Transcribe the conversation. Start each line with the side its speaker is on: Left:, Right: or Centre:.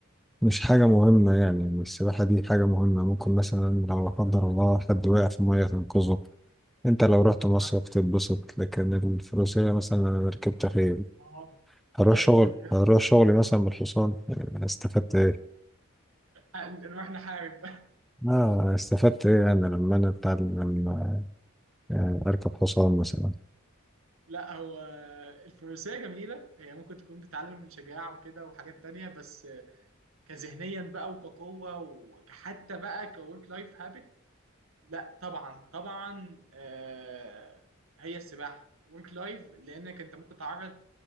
Centre: مش حاجه مهمه يعني يعني السباحه دي حاجه مهمه ممكن مثلا لو لا قدر الله حد وقع في ميه تنقذه انت لو رحت مصيف
Right: صح
Centre: تتبسط لكن الفروسيه مثلا انا ركبت خيل
Right: اه
Centre: هروح
Right: بجد
Centre: شغل
Right: بجد
Centre: هروح شغلي مثلا بالحصان يعني استفدت
Right: آه، نروح نحارب
Centre: اه استفدت ايه انا لما انا اتعلم لما آه، اركب حصان مثلا
Right: <laughs> لا هو الفروسية جميلة هي ممكن تكون بتعلم الشجاعة وكده وحاجات تانية بس كذهنيا بقى وكقوة وكحتى بقى كورك لايف هابت لا طبعا طبعا آه، هي السباحه ورك لايف لانك انت ممكن تعرض